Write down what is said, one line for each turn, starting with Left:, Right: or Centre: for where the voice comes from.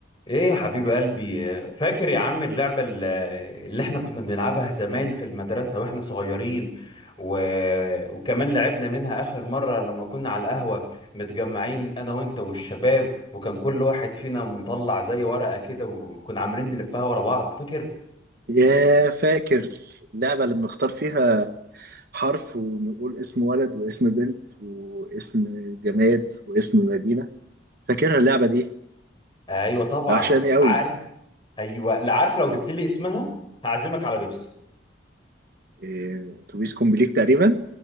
Left: ايه يا حبيب قلبي فاكر يا عم اللعبة ال- اللي احنا كنا بنلعبها زمان في المدرسة واحنا صغيرين و... وكمان لعبنا منها اخر مرة لما كنا على القهوة متجمعين انا وانت والشباب وكان كل واحد فينا مطلع زي ورقة كده وكنا عاملين نلفها ورا بعض فاكر
Right: يا فاكر اللعبة اللي بنختار فيها حرف ونقول اسم ولد واسم بنت واسم جماد واسم مدينة فاكرها اللعبة دي
Left: ايوه طبعا
Right: ده وحشاني قوي
Left: عارف ايوه لا عارف لو جبت لي اسمها هعزمك على بيبسي
Right: إيه، اتوبيس كومبليت تقريبا